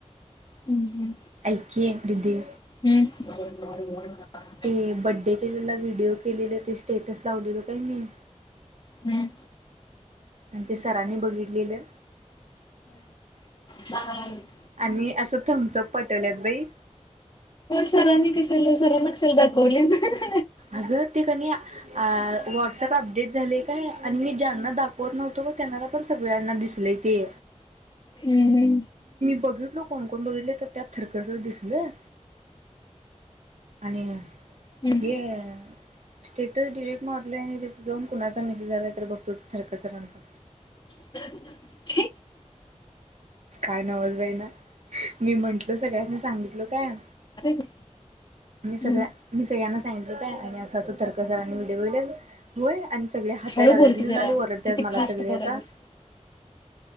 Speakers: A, on the left (about 35°); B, on the right (about 65°).
A: हम्म हम्म.
B: ऐके दिदी.
A: हम्म <unintelligible>
B: ते बड्डे केलेलं व्हिडिओ केलेलं ते स्टेटस लावलेलं. काही नाही.
A: हम्म,
B: आणि ते सरांनी बघितलेलं.
A: हा <unintelligible>
B: आणि असं थम्सअप पा टवल्यात बाई.
A: सरांने कशाला सर नक्षा दाखवल्या ना.
B: अगं ते कण्या अं व्हॉट्सअप अपडेट झाले काय, आणि मी ज्यांना दाखवत नव्हतो ग त्यांनाला पण सगळ्यांना दिसले. नाही ते
A: हम्म
B: बघितल कोण कोण बघितले तर त्यात थरखरस दिसलं. आणि
A: हम्म.
B: हे स्टेटस डिलीट मारले आणि तिथे जाऊन कुणाचा मेसेज आलाय तर बघतो थरक सरांचा.
A: <inaudible>
B: काय नवल बाई ना. मी म्हटल, सगळ्यांसनी सांगितलं काय?
A: असं का?
B: मी सगळ्या
A: हम्म.
B: मी सगळ्यांना <unintelligible> आणि असंतर्क सांनी व्हिडिओ ब आणि सगळे हसायला
A: हळू
B: लागल्यात.
A: बोल की
B: म्रीणाली
A: जरा
B: ओरडत्यात
A: किती
B: मला
A: फास्ट
B: सगळे
A: बोलायलास
B: आता.